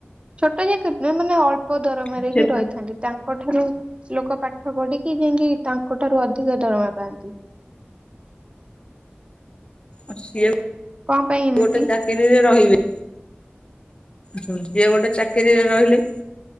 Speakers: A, on the right; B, on the left.
A: ଛୋଟ ଚାକିରି ନୁହେଁ ମାନେ ଅଳ୍ପ ଦରମାରେ
B: ହଁ ସେ
A: ହିଁ ରହିଥାନ୍ତି। ତାଙ୍କ ଠାରୁ ଲୋକ ପାଠ ପଢିକି ଯାଇକି ତାଙ୍କ ଠାରୁ ଅଧିକ ଦରମା ପାଆନ୍ତି।
B: ଅ ସିଏ
A: କଣ ପାଇଁ ଏମିତି
B: ଗୋଟେ ଚାକିରିରେ ରହିବେ। ସିଏ ଗୋଟେ ଚାକିରି ରେ ରହିଲେ।